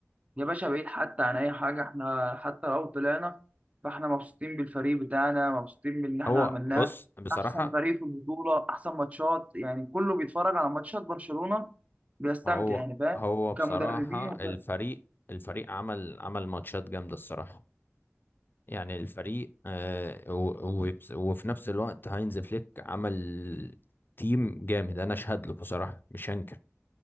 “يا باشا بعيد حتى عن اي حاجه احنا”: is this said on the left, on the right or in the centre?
Right